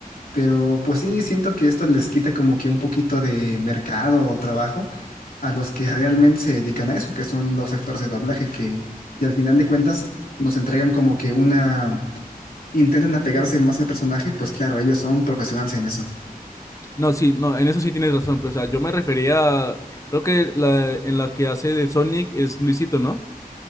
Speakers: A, on the left; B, on the left.
A: Pero pues sí, siento que esto les quita como que un poquito de mercado o trabajo a los que realmente se dedican a eso, que son los actores de doblaje, que, y al final de cuentas nos entregan como que una... Intentan apegarse más al personaje, pues claro, ellos son profesionales en eso.
B: No, sí, no, en eso sí tienes razón, pero o sea, yo me refería, a- creo que la, en la que hace de Sonic es Luisito, ¿no?